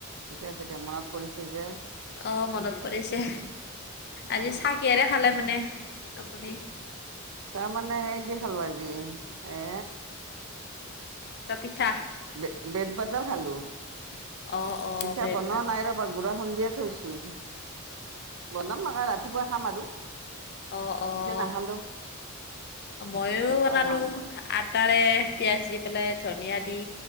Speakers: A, on the right; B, on the left.
A: ঠিকে আছে দিয়া মনত পৰিছে যে
B: অ মনত পৰিছে আজি
A: অ
B: চাহ কিহেৰে খালে মানে আপুনি
A: চাই মানে হেৰি দি খালোঁ আজি এ
B: ত পিঠা
A: ব্ৰে ব্ৰেড বাগাৰ খালোঁ
B: <unintelligible>
A: পিঠা
B: ব্ৰেড
A: বনোৱা
B: ভাত
A: নাই ৰপ মই গুড়া খুন্দিয়ে থৈছোঁ! বনাম মানে ৰাতিপুৱা খাম আৰু।
B: অহ', অহ'!
A: এতিয়া নাখালো
B: মইও
A: ৰাতিপুৱা
B: বনালোঁ।
A: খাম
B: আটাৰে পিয়াঁজ দি পেলাই, ধনিয়া দি